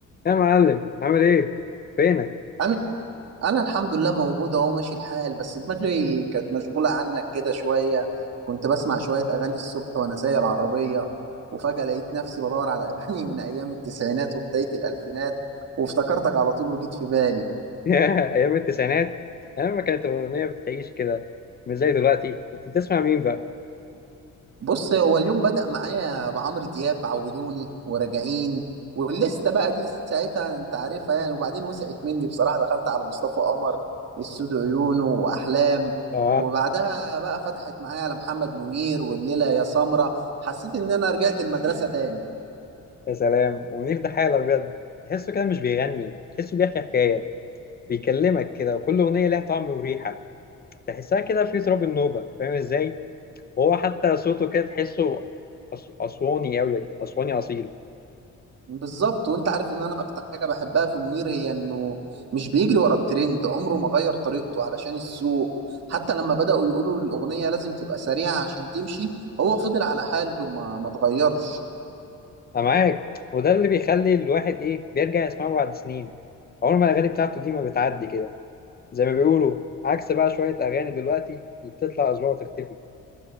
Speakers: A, on the left (about 30°); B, on the right (about 55°).
A: يا معلم عامل ايه فينك
B: انا انا الحمد لله موجود اهو ماشي الحال بس دماغي كانت مشغوله عنك كده شويه كنت بسمع شويه اغاني الصبح وانا سايق العربيه وفجاه لقيت نفسي بدور على اغاني من ايام التسعينات وبدايه الالفينات وافتكرتك على طول وجيت في بالي
A: <laughs> يا ايام التسعينات ايام ما كانت الاغنيه بتعيش كده مش زي دلوقتي كنت بتسمع مين بقى
B: بص هو اليوم بدأ معايا بعمرو دياب عودوني وراجعين واللسته بقى دي ساعتها انت عارفها يعني وبعدين وسعت مني بصراحة دخلت على مصطفى قمر السود عيونه واحلام
A: اه
B: وبعدها بقى فتحت معايا على محمد منير والليلة يا سمرة حسيت ان انا رجعت المدرسة تاني
A: يا سلام ومنير ده حاله بجد تحسه كده مش بيغني تحسه بيحكي حكايه بيكلمك كده وكل اغنيه لها طعم وريحه تحسها كده في تراب النوبه فاهم ازاي وهو حتى صوته كده تحسه أس- اسواني قوي اسواني اصيل
B: بالظبط وانت عارف ان انا اكتر حاجه بحبها في منير هي انه مش بيجري ورا الترند عمره ما غير طريقته علشان السوق حتى لما بداوا يقولوا الاغنيه لازم تبقى سريعه عشان تمشي هو فضل على حاله ما ما اتغيرش
A: انا معاك وده اللي بيخلي الواحد ايه بيرجع يسمعه بعد سنين عمر ما الاغاني بتاعته دي ما بتعدي كده زي ما بيقولوا عكس بقى شوية أغاني دلوقتي اللي بتطلع أسبوع وتختفي